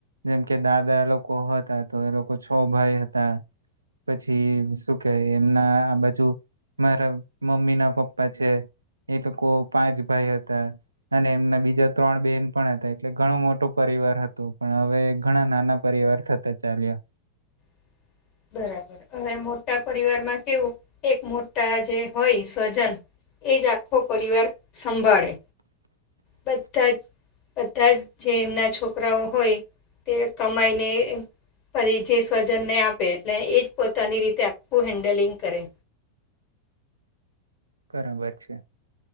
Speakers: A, on the right (about 80°); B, on the left (about 35°).
A: જેમ કે દાદા લોકો હતા તો એ લોકો છ ભાઈ હતા. પછી શું કે એમના આ બાજુ મારા મમ્મી ના પપ્પા છે. એક કો પાંચ ભાઈ હતા, અને એમના બીજા ત્રણ બેન પણ હતા એટલે ઘણો મોટો પરિવાર હતો પણ હવે ઘણા નાના પરિવાર થતા ચાલ્યા.
B: <inaudible> બરાબર. હવે મોટા પરિવારમાં કેવું એક મોટા જે હોય સ્વજન એ જ આખો પરિવાર સંભાળે. બધા જ બધા જ જે એમના છોકરાઓ હોય તે કમાયને પરિજે સ્વજનને આપ આપે એટલે એ જ પોતાની રીતે આખું હેન્ડલિંગ કરે.
A: બરાબર. છે